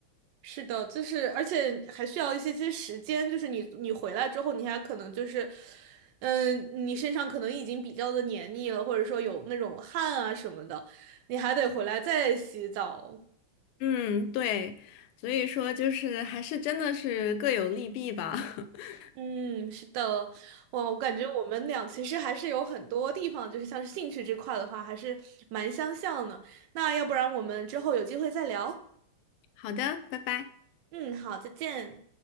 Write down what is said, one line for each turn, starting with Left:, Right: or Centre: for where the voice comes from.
Right: 是的，就是而且还需要一些些时间，就是你你回来之后，你还可能就是，嗯，你身上可能已经比较的黏腻了，或者说有那种汗啊什么的，你还得回来再洗澡。
Left: 嗯，对，所以说就是还是真的是各有利弊吧。<laughs>
Right: 嗯，是的，哇，我感觉我们俩其实还是有很多地方，就是像是兴趣这块的话，还是蛮相像的。那要不然我们之后有机会再聊。
Left: 好的，拜拜。
Right: 嗯，好，再见。